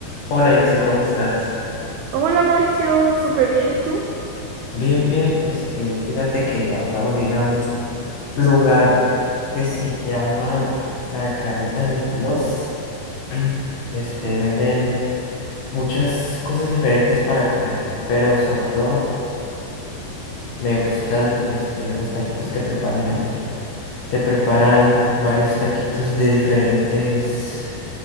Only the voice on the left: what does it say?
Hola Ilse, ¿cómo estás?
Bien, bien. este, fíjate que acabo de ir a un lugar que se llama La Carreta veintidós. <clears throat> Este, venden muchas cosas diferentes para comer, pero sobre todo me gustan este, los taquitos que preparan ahí. Te preparan varios taquitos de diferentes,